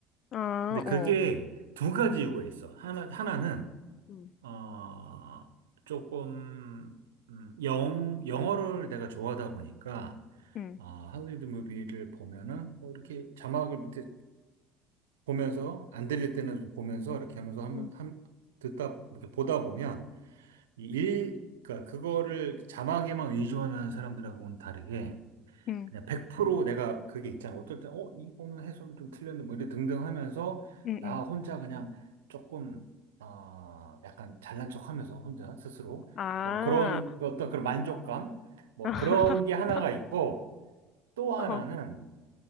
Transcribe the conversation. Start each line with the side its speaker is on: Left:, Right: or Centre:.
Left: 아,
Right: 근데 그게
Left: 어.
Right: 두 가지
Left: 음,
Right: 이유가 있어. 하나, 하나는,
Left: 음,
Right: 어, 조금, 음, 영, 영어를 내가 좋아하다 보니까
Left: 음.
Right: 아, 할리우드 무비를 보면은 뭐 이렇게 자막을 밑에 보면서 안 들릴 때는 좀 보면서 이렇게 하면서 한번
Left: 음.
Right: 한 듣다 이렇게 보다 보면 이 일, 그러니까 그거를 자막에만 의존하는 사람들하고는 다르게
Left: 응,
Right: 그냥 100% 내가 그게 있잖아. 어떨 때 어, 이거는 해석이 좀 틀렸는데 뭐 이래 등등 하면서
Left: 응,
Right: 나
Left: 응.
Right: 혼자 그냥 조금 아, 약간 잘난 척 하면서 혼자 스스로
Left: 아,
Right: 뭐 그런 그 어떤 그런 만족감 뭐
Left: <laughs>
Right: 그런 게 하나가 있고 또 하나는
Left: 어,